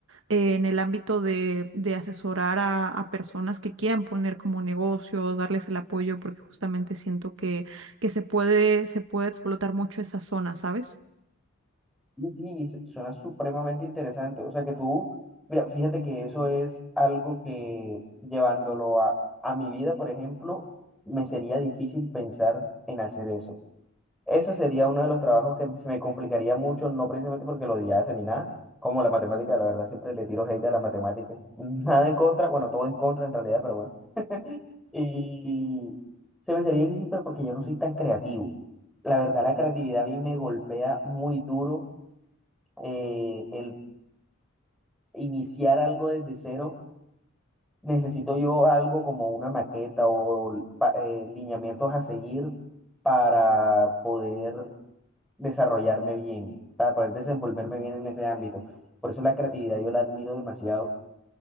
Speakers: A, on the right; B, in the centre.
A: eh, en el ámbito de, de asesorar a, a personas que quieran poner como negocios, darles el apoyo, porque justamente siento que, que se puede, se puede explotar mucho esa zona, ¿sabes?
B: Sí, sí, y su- suena supremamente interesante. O sea que tú, mira, fíjate que eso es algo que llevándolo a, a mi vida, por ejemplo, me sería difícil pensar en hacer eso. Eso sería uno de los trabajos que se me complicaría mucho, no precisamente porque lo odiase ni nada, como la matemática, la verdad, siempre le tiro hate a la matemática. <laughs> Nada en contra, bueno, todo en contra en realidad, pero bueno. Y se me sería difícil, pero porque yo no soy tan creativo. La verdad, la creatividad a mí me golpea muy duro eh, el iniciar algo desde cero, necesito yo algo como una maqueta o pa- eh, lineamientos a seguir para poder desarrollarme bien, para poder desenvolverme bien en ese ámbito. Por eso la creatividad yo la admiro demasiado,